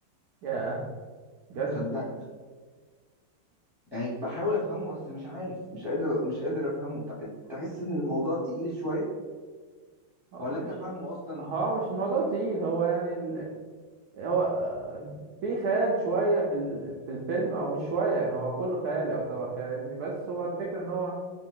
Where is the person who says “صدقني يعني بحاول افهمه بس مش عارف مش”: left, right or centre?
Left